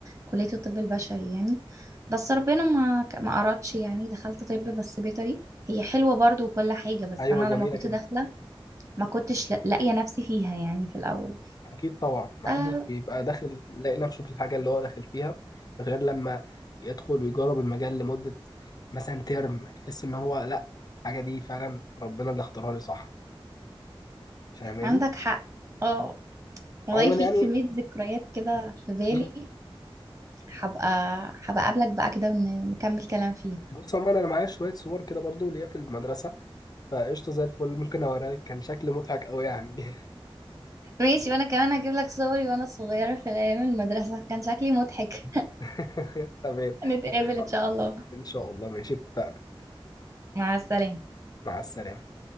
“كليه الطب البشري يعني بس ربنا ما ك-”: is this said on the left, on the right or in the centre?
Right